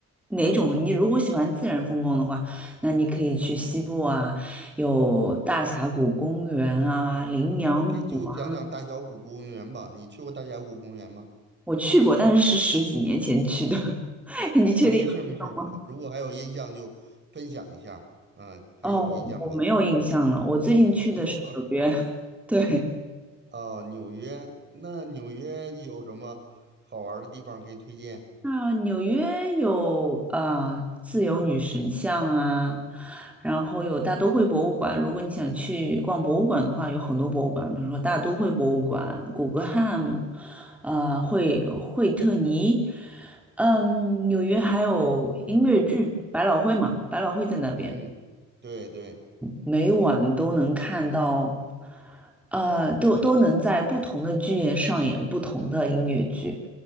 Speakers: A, in the centre; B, on the right.
A: 哪种。你如果喜欢自然风光的话，那你可以去西部啊，有大峡谷公园啊、羚羊谷啊
B: ，OK，就讲讲大峡谷公园吧。你去过大峡谷公园吗？
A: 我去过，但是是十几年前去的。<laughs> 你确定要运动吗？
B: 啊，没事儿没事儿，如果还有印象就分享一下儿。嗯，还有印象吗？
A: 哦，我没有印象了。我最近去的是纽约，
B: <laughs>
A: <laughs> 对。
B: 哦，纽约，那纽约有什么好玩儿的地方可以推荐？
A: 啊，纽约有啊，自由女神像啊，然后有大都会博物馆。如果你想去逛博物馆的话，有很多博物馆，比如说大都会博物馆、古根汉姆，啊、惠惠特尼。嗯，纽约还有音乐剧百老汇嘛，百老汇在那边。
B: 嗯嗯，对对，
A: 每晚都能看到，呃，都都能在不同的剧院上演不同的音乐剧。